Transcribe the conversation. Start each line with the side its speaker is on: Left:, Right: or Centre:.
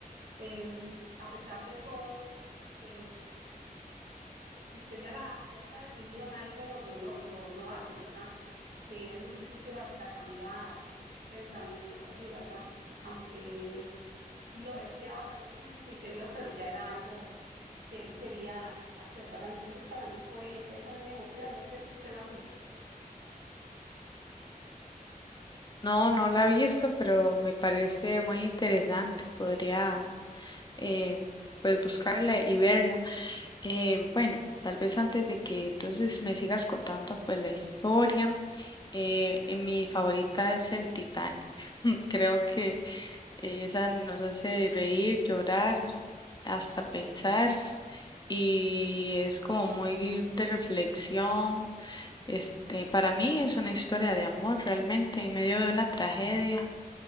Right: eh, a pesar de todo, eh, si usted ya, la, ya está decidido en algo, lo, lo, lo, lo haces, ¿verdad? Que es muy difícil hasta cambiar pensamientos así, ¿verdad? Aunque él s- lo deseaba tal vez en su interior, pero ya era algo que él quería hacer, ¿verdad? Entonces para mí fue esa muy emotiva, no sé si usted la ha visto.
Left: No, no la he visto, pero me parece muy interesante. Podría eh, pues buscarla y verla. Eh, bueno, tal vez antes de que entonces me sigas contando pues la historia, eh, eh, mi favorita es el Titanic. <laughs> Creo que eh, esa nos hace reír, llorar, hasta pensar. y es como muy de reflexión. Este, para mí es una historia de amor realmente en medio de una tragedia.